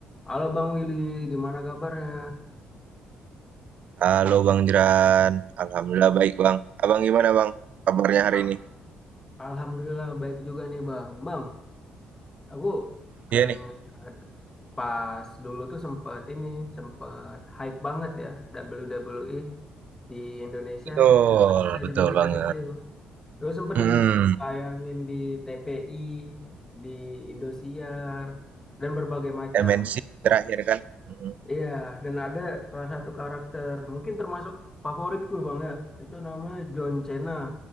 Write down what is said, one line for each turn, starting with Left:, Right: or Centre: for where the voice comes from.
Left: Halo Bang Willy, gimana kabarnya?
Right: Halo Bang Jeran, alhamdulillah baik Bang. Abang gimana Bang? Kabarnya hari
Left: A-
Right: ini?
Left: Alhamdulillah baik juga nih Bang. Bang, aku keinget
Right: Iya nih,
Left: pas dulu tuh sempet ini, sempet hype banget ya WWE di Indonesia.
Right: betul,
Left: Itu pas kita
Right: betul
Left: zaman kita
Right: banget.
Left: kecil. Terus sempet
Right: Hmm,
Left: ditayangin di TPI, di Indosiar, dan berbagai macam.
Right: MNC terakhir kan? Mm.
Left: Iya, dan ada salah satu karakter, mungkin termasuk favoritku Bang ya, itu namanya John Cena.